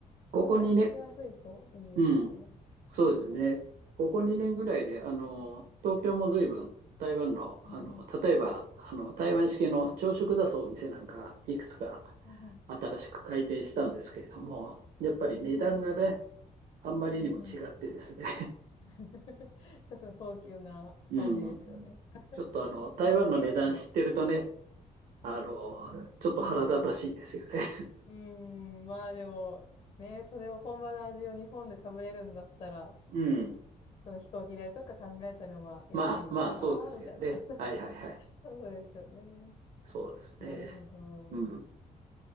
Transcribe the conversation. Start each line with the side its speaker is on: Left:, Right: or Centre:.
Right: ここにね、
Left: まあ、外食安いといいですよね。
Right: うん。そうですね。ここ2年ぐらいで、あの、東京も随分台湾の、あの、
Left: うんうん、
Right: 例えば、あの、台湾式の朝食出すお店なんか、いくつか
Left: うんうん、
Right: 新しく開店したんですけれども、やっぱり値段がね、
Left: うーん、
Right: あんまりにも違ってですね、
Left: うんうん。<laughs> ちょっと高級な感じですよね。
Right: <laughs> うん。ちょっとあの、台湾の値段知ってるとね、
Left: おしゃれな。
Right: あの、ちょっと腹立たしいですよね。
Left: うーん、まあでも、ね、それを本場の味を日本で食べれるんだったら、
Right: <laughs> うん。
Left: その飛行機代とか考えたらまあ安いのかな、
Right: まあまあ、そうですけどね。
Left: みたいな。<laughs>
Right: はいはいはい。
Left: そうですよね。
Right: そうですね。
Left: なるほど。
Right: うん。